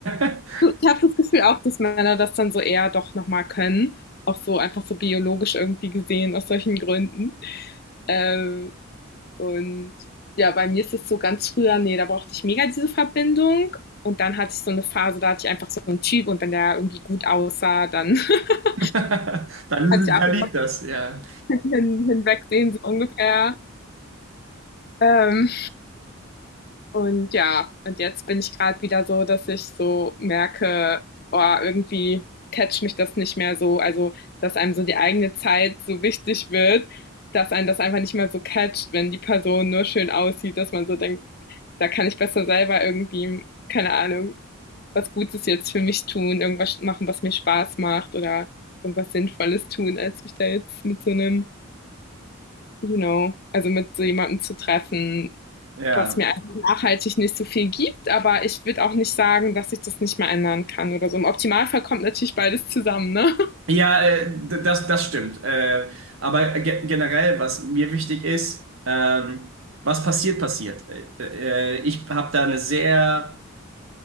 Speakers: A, on the right; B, on the left.
A: <laughs>
B: Ich habe das Gefühl auch, dass Männer das dann so eher doch nochmal können. Auch so einfach so biologisch irgendwie gesehen, aus solchen Gründen. Ähm, und ja, bei mir ist es so ganz früher, nee, da brauchte ich mega diese Verbindung. Und dann hatte ich so eine Phase, da hatte ich einfach so einen Typ und wenn der irgendwie gut aussah, dann <laughs>
A: Dann,
B: hatte ich ab
A: dann
B: und
A: liegt das, ja.
B: hin, hinwegsehen, so ungefähr. Ähm, Und ja, und jetzt bin ich gerade wieder so, dass ich so merke, oh, irgendwie catcht mich das nicht mehr so. Also, dass einem so die eigene Zeit so wichtig wird, dass einen das einfach nicht mehr so catcht, wenn die Person nur schön aussieht, dass man so denkt, da kann ich besser selber irgendwie, keine Ahnung, was Gutes jetzt für mich tun, irgendwas machen, was mir Spaß macht oder irgendwas Sinnvolles tun, als mich da jetzt mit so einem, you know, also mit so jemandem zu treffen,
A: Ja,
B: was mir einfach nachhaltig nicht so viel gibt. Aber ich würde auch nicht sagen, dass ich das nicht mehr ändern kann oder so. Im Optimalfall kommt natürlich beides zusammen, ne?
A: ja, äh, d- das, das stimmt. Äh, aber ge generell, was mir wichtig ist, ähm, was passiert, passiert. Äh, äh, ich habe da eine sehr